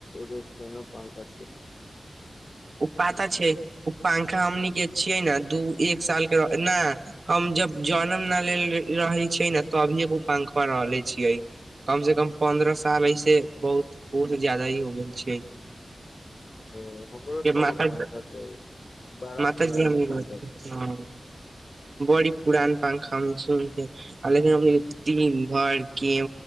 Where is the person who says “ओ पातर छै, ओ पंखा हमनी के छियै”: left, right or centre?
Right